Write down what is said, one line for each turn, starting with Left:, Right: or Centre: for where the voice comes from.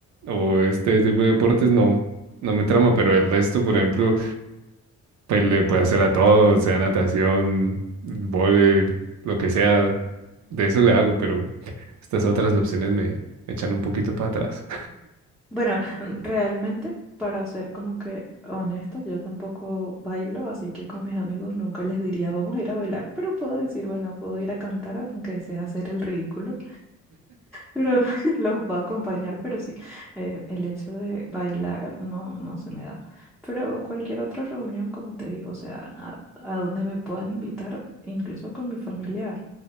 Right: o este tipo de deportes, no, no me trama. Pero el resto, por ejemplo, pues le puedo hacer a todo, sea natación, vóley, lo que sea. De eso le hago, pero estas otras opciones me, me echan un poquito para atrás.
Centre: Bueno, mm, realmente, para ser como que honesta, yo tampoco bailo, así que con mis amigos nunca les diría vamos a ir a bailar, pero puedo decir, bueno, puedo ir a cantar aunque sea hacer el ridículo. Pero <laughs> los puedo acompañar, pero sí, eh, el hecho de bailar no, no se me da. Pero cualquier otra reunión, como te digo, o sea, a, a donde me puedan invitar, incluso con mi familia